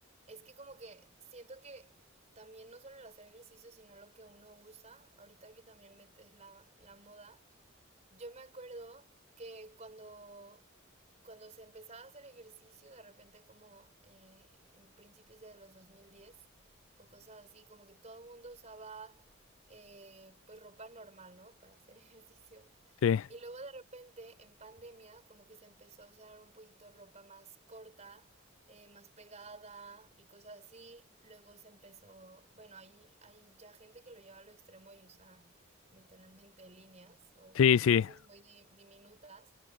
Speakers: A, on the right (about 35°); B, on the left (about 70°).
A: es que como que siento que también no solo el hacer ejercicio, sino lo que uno usa, ahorita que también metes la, la moda, yo me acuerdo que cuando, cuando se empezaba a hacer ejercicio, de repente como eh, en principios de los 2010 o cosas así, como que todo el mundo usaba eh, pues ropa normal, ¿no? Para hacer <laughs> ejercicio.
B: Sí,
A: Y luego de repente en pandemia como que se empezó a usar un poquito ropa más corta, eh, más pegada y cosas así. Luego se empezó, bueno, hay, hay ya gente que lo lleva a lo extremo y usa literalmente líneas o
B: sí, sí,
A: cosas muy di- diminutas.